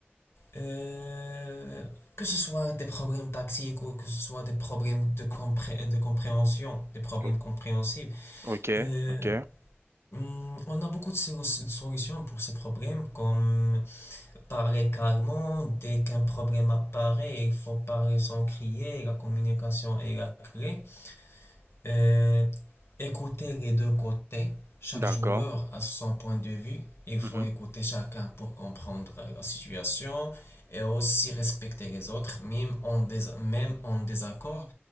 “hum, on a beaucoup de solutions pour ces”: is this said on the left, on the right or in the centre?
Left